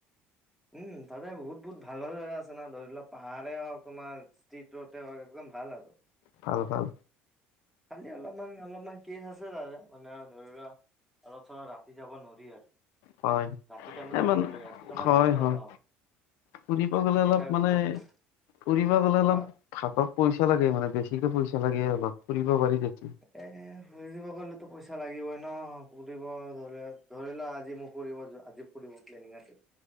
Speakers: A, in the centre; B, on the left.
A: উম তাতে বহুত বহুত ভাল ভাল জেগা আছে না ধৰি লোৱাক পাহাৰাৰেেই হওক তোমাৰ ষ্টট ৰোডে হওক একদম ভাল আৰু।
B: ভাল ভাল।
A: খালি অলপমান অলপমান কেচ আছে তাৰে মানে ধৰি লোৱা অলপ চলপ ৰাতি যাব নোৱাৰি আৰ।
B: হয়
A: ৰাতি টাইমত
B: ইমান
A: যাব নোৱাৰি ৰাতি টাইমত
B: হয়
A: যদি যাই
B: হয়
A: পাওঁ
B: ফুৰিব
A: তেতিয়া
B: গ'লে অলপ
A: কথাটো
B: মানে
A: <unintelligible>
B: ফুৰিব গলে অলপ
A: অ
B: হাতত পইচা লাগে মানে বেছিকে পইচা লাগে অলপ। ফুৰিব পাৰি তেতিয়া
A: এ ফুৰি দিব গলেতো পইচা লাগিবই ন ফুৰিব গলেও ধৰি লোৱা আজি মোৰ ফুৰিব আজি ফুৰিব প্লেনিং